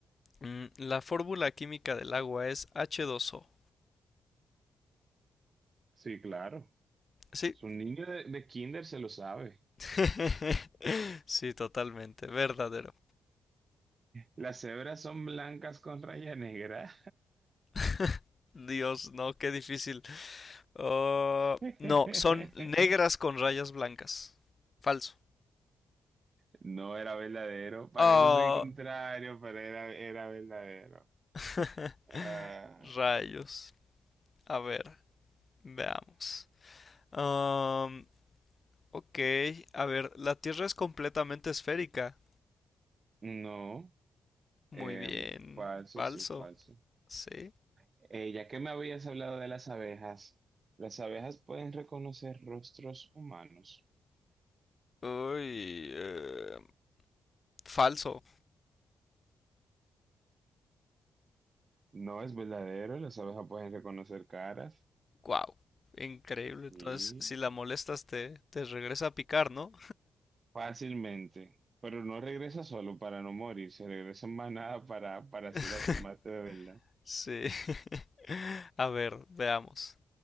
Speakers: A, on the left; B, on the right.
A: Mm, La fórmula química del agua es H2O.
B: Sí, claro.
A: Sí.
B: Su niño de, de kinder se lo sabe.
A: <laughs> Sí, totalmente. Verdadero.
B: Las cebras son blancas con raya negra.
A: <laughs> Dios, no, qué difícil. Ah,
B: <laughs>
A: no, son negras con rayas blancas. Falso.
B: No era verdadero. Parece
A: Ah,
B: ser el contrario, pero era, era verdadero.
A: <laughs>
B: Ah,
A: Rayos. A ver, veamos. Am, ok, a ver, la Tierra es completamente esférica.
B: no.
A: Muy
B: Em,
A: bien.
B: falso,
A: Falso.
B: sí, falso.
A: Sí.
B: Eh, ya que me habías hablado de las abejas, las abejas pueden reconocer rostros humanos.
A: Uy, eh, falso.
B: No es verdadero, las abejas pueden reconocer caras
A: Wow, increíble. Entonces,
B: y
A: si la molestas, te, te regresa a picar, ¿no?
B: fácilmente, pero no regresa solo para no morir, se regresa en manada para, para
A: <laughs>
B: así lastimarte de verdad.
A: Sí. <laughs> A ver, veamos.